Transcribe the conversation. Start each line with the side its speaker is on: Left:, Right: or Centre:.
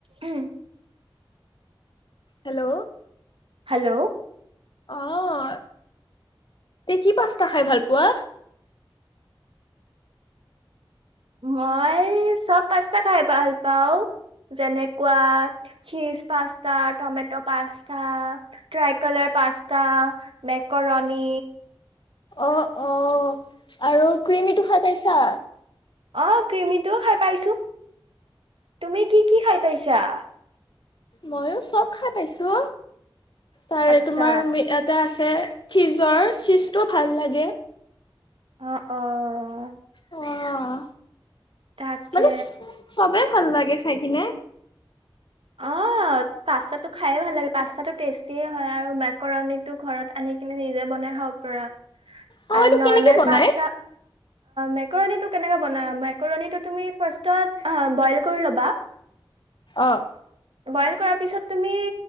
Right: উ'ম।
Left: Hello
Right: hello
Left: অ', এই কি পাস্তা খাই ভাল পোৱা।
Right: মই চব পাস্তা খাই ভাল পাওঁ যেনেকুৱা cheese pasta, tomato pasta, tricolour pasta, macaroni
Left: অ', অ', আৰু ক্ৰিমিটো খাই পাইছা।
Right: অ ক্ৰমিটোও খাই পাইছো, তুমি কি কি খাই পাইছা?
Left: ময়ো চব খাই পাইছো। তাৰে
Right: আচ্ছা
Left: তোমাৰ ম এটা আছে। চীজৰ চীজটো ভাল লাগে।
Right: অ', অ',
Left: অঁ
Right: তাকে
Left: মানে চবে। ভাল লাগে চাই কিনে।
Right: অ পাস্তাটো খাইে ভাল লাগে, পাস্তাটো টেষ্টিয়ে হয়, মেকৰণীতো ঘৰত আনি নিজেই বনাই খাব পাৰা
Left: অঁ
Right: আৰু
Left: এইটো
Right: নৰ্মেল
Left: কেনেকে বনাই?
Right: পাস্তা মেকৰণীতো কেনেকে বনাই মেকৰণীটো তুমি ফাষ্টট বইল কৰি ল'বা।
Left: অ',
Right: বইল কৰাৰ পিছত তুমি